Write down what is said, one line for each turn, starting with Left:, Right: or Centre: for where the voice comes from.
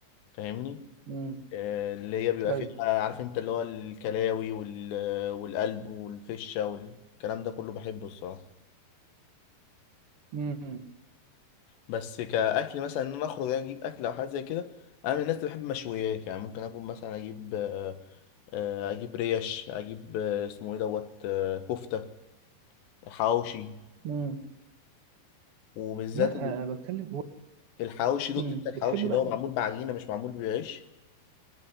Left: فاهمني
Right: امم
Left: آه، اللي هي بيبقى
Right: ايوه
Left: فيها عارف انت اللي هو الكلاوي وال... والقلب والفشة والكلام ده كله بحبه الصراحة
Right: امم
Left: بس كأكل مثلا ان انا اخرج اجيب اكل او حاجة زي كده انا من الناس اللي بحب مشويات يعني ممكن اكون مثلا اجيب آه، آه، اجيب ريش اجيب آه، اسمه ايه دوت آه، كفتة حواوشي
Right: امم
Left: وبالذات
Right: لا
Left: ال-
Right: آه، بتكلم هو-
Left: الحواوشي دقت
Right: امم
Left: انت الحواوشي
Right: بتحب
Left: اللي
Right: بقى
Left: هو معمول بعجينة مش معمول بعيش